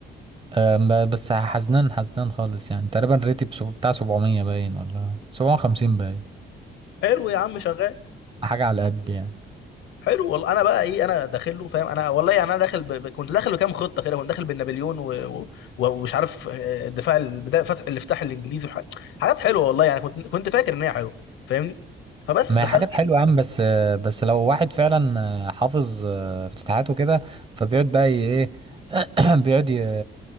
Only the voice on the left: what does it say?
حلو يا عم شغال
حلو والله انا بقى ايه انا داخل له فاهم انا والله يعني انا داخل ب... ب- كنت داخل بكام خطه كده كنت داخل بالنابليون و... و... و- ومش عارف آه، الدفاع البدايه فتح الافتتاح الانجليزي وحاجات حاجات حلوه والله يعني كنت كنت فاكر ان هي حلوه فاهمني فبس
دخلت
لقيت